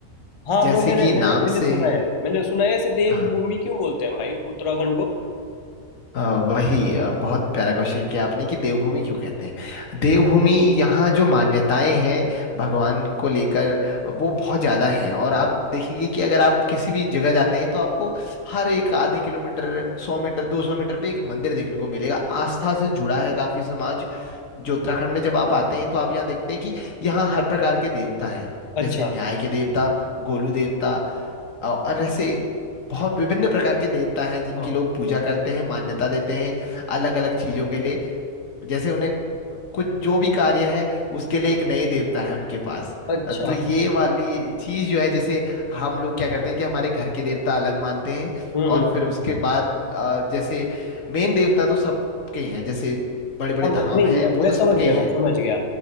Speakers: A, on the left; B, on the left.
A: हाँ
B: जैसे
A: ब्रो मैंने
B: कि नाम
A: मैंने मैंने
B: से
A: सुना है मैंने सुना है ऐसे देवभूमि
B: हाँ
A: क्यों बोलते हैं भाई उत्तराखंड को
B: अ, वही अ, बहुत प्यारा क्वेश्चन किया आपने कि देवभूमि क्यों कहते हैं देवभूमि यहाँ जो मान्यताएं हैं भगवान को लेकर वो बहुत ज्यादा है और आप देखेंगे कि अगर आप किसी भी जगह जाते हैं तो आपको हर एक आधे किलोमीटर सौ मीटर दो सौ मीटर पे एक मंदिर देखने को मिलेगा आस्था से जुड़ा है काफी समाज जो उत्तराखंड में जब आप आते हैं तो आप यहाँ देखते हैं कि यहाँ हर प्रकार के देवता हैं
A: अच्छा
B: जैसे न्याय के देवता गोलू देवता औ- और ऐसे बहुत विभिन्न प्रकार के देवता हैं जिनकी
A: हाँ
B: लोग पूजा करते हैं मान्यता देते हैं अलग अलग चीजों के लिए जैसे उन्हें कुछ जो भी कार्य है उसके लिए एक नए देवता है उनके पास
A: अच्छा
B: अ, तो ये वाली चीज जो है जैसे हम लोग क्या करते हैं कि हमारे घर के देवता अलग मानते हैं
A: हम्म
B: और
A: हम्म।
B: फिर उसके बाद अ, जैसे मेन देवता तो सबके ही हैं जैसे बड़े बड़े
A: हाँ
B: धाम
A: मैं, नहीं
B: हैं
A: मैं,
B: वो
A: मैं
B: तो
A: समझ
B: सबके
A: गया
B: ही
A: मैं
B: हैं
A: समझ गया